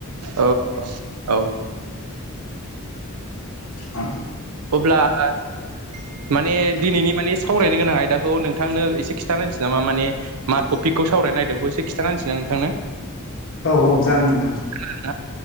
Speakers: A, on the right; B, on the left.
A: ओ अ औ।
B: आ
A: अब्ला आ माने दिनैनि माने सावरायनो गोनां आयदाखौ नोंथांनो एसे खिथाना होनोसै नामा माने मा टपिकखौ सावरायनायदों बेखौ एसे खिथानाहोसै ना नोंथांनो।
B: औ-औ जागोन नोंथां।
A: खोनादों ना